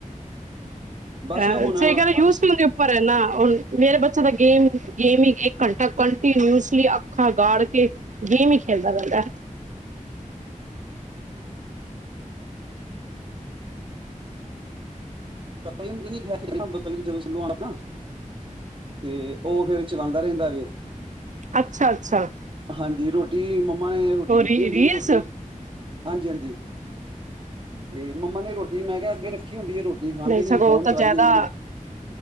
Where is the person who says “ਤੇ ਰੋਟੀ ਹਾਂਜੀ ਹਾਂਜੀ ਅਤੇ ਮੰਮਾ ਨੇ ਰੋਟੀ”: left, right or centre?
Right